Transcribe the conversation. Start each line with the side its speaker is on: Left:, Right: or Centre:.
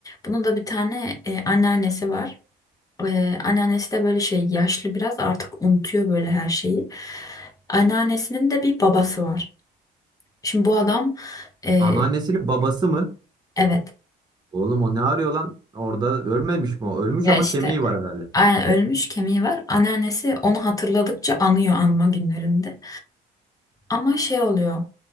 Left: Bunun da bir tane e, anneannesi var. E, anneannesi de böyle şey yaşlı biraz artık unutuyor böyle her şeyi. Anneannesinin de bir babası var. Şimdi bu adam e,
Right: Anneannesinin babası mı?
Left: Evet.
Right: Oğlum o ne arıyor lan? Orada ölmemiş mi o? Ölmüş
Left: Ya
Right: ama
Left: işte
Right: kemiği var herhalde.
Left: aynen ölmüş kemiği var. Anneannesi onu hatırladıkça anıyor anma günlerinde. Ama şey oluyor.